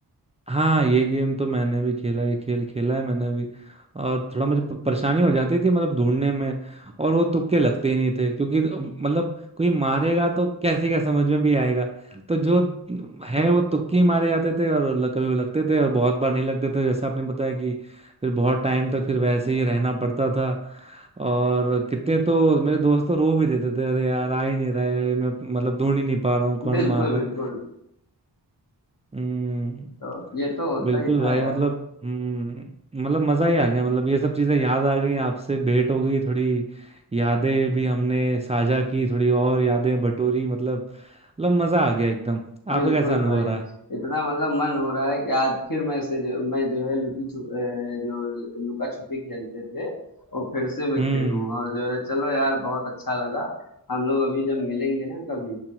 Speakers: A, on the right; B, on the left.
A: हाँ ये गेम तो मैंने भी खेला ये खेल खेला है मैंने भी और थोड़ा मुझे प- परेशानी हो जाती थी मतलब ढूंढने में और वो तुक्के लगते ही नहीं थे क्योंकि अ, मतलब कोई मारेगा तो कैसे क्या समझ में भी आएगा तो जो है वो तुक्के ही मारे जाते थे और ल- कभी वो लगते थे और बहुत बार नहीं लगते थे जैसे आपने बताया कि फिर बहुत टाइम तक फिर वैसे ही रहना पड़ता था और कितने तो मेरे दोस्त तो रो भी देते थे अरे यार आ ही नहीं रहा है मैं मतलब ढूंढ ही नहीं पा रहा हूँ कौन
B: बिल्कुल
A: मार रहा
B: बिल्कुल
A: है हम्म
B: तो ये तो होता
A: बिल्कुल
B: ही था
A: भाई
B: यार
A: मतलब हम्म, मतलब मजा ही आ गया मतलब ये सब चीजें याद आ गई आपसे भेंट हो गई थोड़ी यादें भी हमने साझा की थोड़ी और यादें बटोरी मतलब मतलब मजा आ गया एकदम आपका
B: बिल्कुल
A: कैसा अनुभव
B: भाई
A: रहा
B: इतना मतलब मन हो रहा है कि आज फिर मैं से जो मैं जो है लुकी छुप अ, जो लुका छुपी खेलते थे और फिर से मैं
A: हम्म
B: खेलूँ और जो है चलो यार बहुत अच्छा लगा हम लोग अभी जब मिलेंगे ना कभी